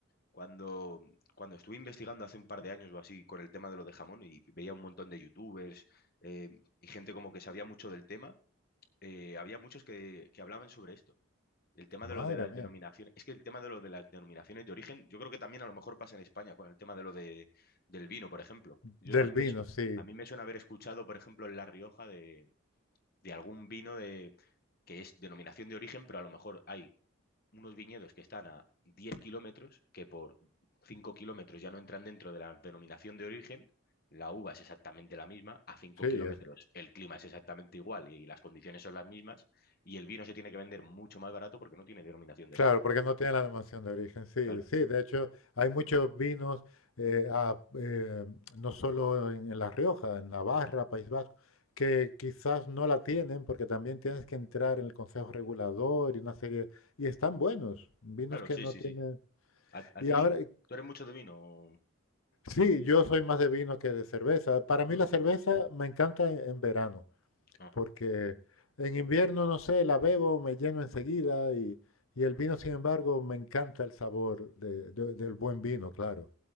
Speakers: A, on the left; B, on the left.
A: cuando, cuando estuve investigando hace un par de años o así con el tema de lo de jamón y veía un montón de youtubers eh, y gente como que sabía mucho del tema, eh, había muchos que, que hablaban sobre esto. El tema
B: Madre
A: de lo de las
B: mía.
A: denominaciones. Es que el tema de lo de las denominaciones de origen, yo creo que también a lo mejor pasa en España con el tema de lo de, del vino, por ejemplo. Yo,
B: Del
A: a mí
B: vino,
A: me, su-
B: sí,
A: a mí me suena haber escuchado, por ejemplo, en La Rioja de, de algún vino de, que es denominación de origen, pero a lo mejor hay unos viñedos que están a 10 kilómetros, que por 5 kilómetros ya no entran dentro de la denominación de origen, la uva es exactamente la misma, a 5
B: sí,
A: kilómetros
B: es,
A: el clima es exactamente igual y las condiciones son las mismas, y el vino se tiene que vender mucho más barato porque no tiene denominación de
B: claro,
A: origen.
B: porque no tiene la denominación de origen, sí,
A: Claro,
B: sí, de hecho hay muchos vinos, eh, a- eh, no solo en, en La Rioja, en Navarra,
A: Mm.
B: País Vasco, que quizás no la tienen porque también tienes que entrar en el Consejo Regulador y una serie, y están buenos, vinos
A: claro,
B: que
A: sí,
B: no
A: sí,
B: tienen,
A: sí. ¿A, a
B: y
A: ti,
B: ahora, eh,
A: tú eres mucho de vino?
B: sí, yo soy más de vino que de cerveza, para
A: Ah,
B: mí la
A: no.
B: cerveza me encanta en en verano.
A: Ah.
B: porque en invierno, no sé, la bebo, me lleno enseguida y, y el vino, sin embargo, me encanta el sabor de- de- del buen vino, claro.